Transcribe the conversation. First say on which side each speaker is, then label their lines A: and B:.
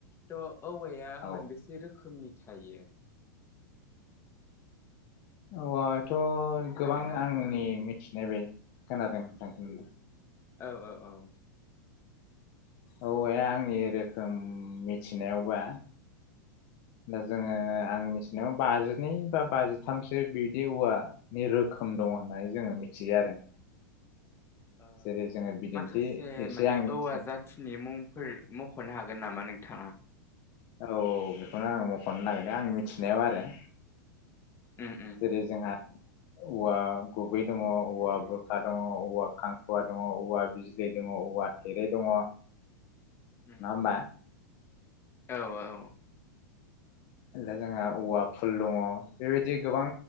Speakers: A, on the left; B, on the left.
A: थ औवाया
B: औ
A: मोनबेसे रोखोमनि थायो
B: औवाद थ
A: खोनादोंना
B: गोबां
A: नोंथां
B: आंनि मिथिनाय बे खोनादों थां उम
A: औ औ औ
B: औवाया आंनि रोखोम मिथिनायावबा दा जोङो आं मि नो बाजिनै बा बाजिथामसो बिदि औवानि रोखोम दङ होननानै जोङो मिथियो आरो
A: ओ
B: जेरै जोङो बिदिन्थि
A: माखासे
B: एसे
A: माने
B: आं मिथि
A: औवा जाथिनि मुं फोर मख'नो हागोन नामा नोंथाङा
B: औ औ बेखौनो आङो मखनो नागिरदों आं मिथिनायाव आरो
A: उम उम
B: जेरै जोंहा औवा गुबै दङ औवा बुरखा दङ औवा खांखुवा दङ औवा बिज्लै दङ औवा थेरे दङ नङा
A: उम
B: होमबा
A: औ औ
B: जोंहा औवा फुल दङ बेबायदि गोबां